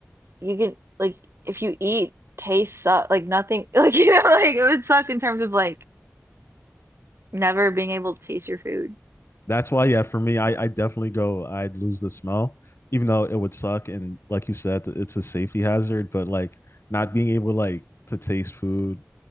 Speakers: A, on the right; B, on the left.
A: you can like if you eat, taste suck like nothing <laughs> like you know like it would suck in terms of like never being able to taste your food.
B: That's why, yeah, for me, I, I definitely go, I'd lose the smell, even though it would suck. And like you said, it's a safety hazard, but like not being able like to taste food